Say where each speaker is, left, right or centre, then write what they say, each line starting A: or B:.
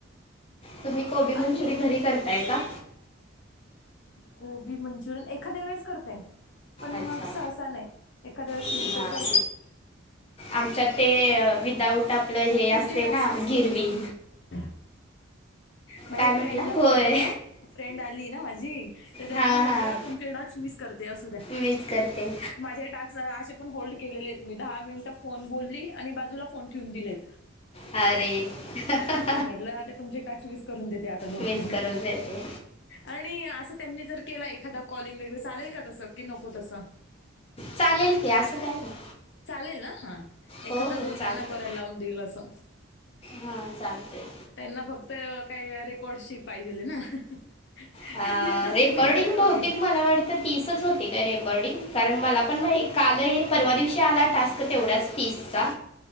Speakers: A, on the left; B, on the left.
A: तुम्ही कोबी मंचुरियन
B: आणि
A: घरी करताय का?
B: कोबी मंचुरियन एखाद्या वेळेस करते. पण मग
A: अच्छा
B: सहसा नाही एखाद्या वेळेस
A: हां
B: केली तर करते.
A: आमच्यात ते विदाऊट आपलं हे
B: तुमचे
A: असते
B: टास्क
A: ना
B: मिस
A: गिरवी.
B: करून <inaudible> माझ्या
A: काय म्हटला
B: फ्रेंडला
A: होय
B: म्हटलं. फ्रेंड आली ना माझी तर त्यांना
A: हां
B: म्हटलं
A: हां
B: तुमचे टास्कस मिस करते असू द्या.
A: मीच करते
B: माझे टास्कस असे पण होल्ड केलेले. मी दहा मिनिटं फोन बोलली आणि बाजूला फोन ठेवून दिलेत.
A: अरे! हाहाहा.
B: म्हटलं आता तुमचे टॅक्स मिस करून देते आता दोन
A: मीच
B: तीन
A: करून देते
B: आणि असं त्यांनी जर केला एखादा कॉलिंग वगैरे चालेल का तसं की नको तसं.
A: चालेल की असं काय नाही
B: चालेल ना हा एखादा
A: हो हो
B: दोन
A: चालते
B: त्यांना करायला लावून तेलासा
A: हां चालते
B: त्यांना फक्त काही रेकॉर्डशी पाहिजेले ना. त्यांना
A: अ
B: आता
A: रेकॉर्डिंग
B: पेमेंट कट व्हावी
A: बहुतेक मला वाटत ते तीसच होती काय रेकॉर्डिंग कारण मला पण मा काल परवा दिवशी आला टास्क तेवढाच. पिस्सा.